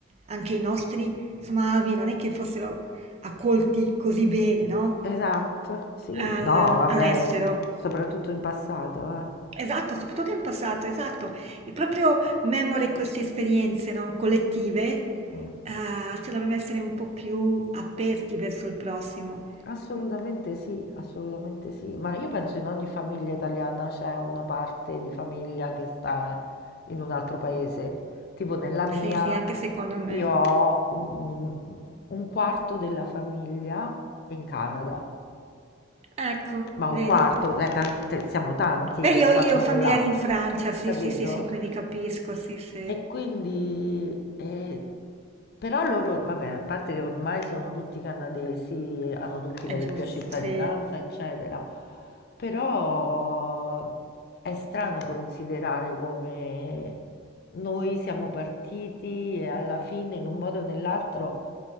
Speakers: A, on the right (about 30°); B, on the left (about 50°).
A: anche i nostri, insomma, avi non è che fossero accolti così bene, no?
B: Esatto, sì,
A: Al
B: no, vabbè,
A: all'estero.
B: sì, soprattutto in passato, eh.
A: Esatto, soprattutto in passato, esatto. E proprio memore queste esperienze, no, collettive,
B: Mm.
A: uhm, se dovremmo essere un po' più aperti verso il prossimo.
B: Assolutamente sì, assolutamente sì, ma io penso in ogni famiglia italiana c'è una parte di famiglia che sta in un altro paese, tipo nella mia
A: Sì, sì, anche secondo me.
B: io ho un, un quarto della famiglia in Canada,
A: Ecco,
B: ma
A: vedi?
B: un quarto, eh, tante- siamo tanti
A: Beh,
B: che
A: io
B: stanno
A: io ho
B: là,
A: familiari in Francia, sì,
B: capito?
A: sì, sì, sì, quindi capisco, sì, sì,
B: E quindi, eh, però loro, vabbè, a parte che ormai sono tutti canadesi, e hanno tutti
A: è
B: la
A: gius
B: doppia cittadinanza,
A: sì,
B: eccetera, però è strano considerare come noi siamo partiti e alla fine, in un modo o nell'altro,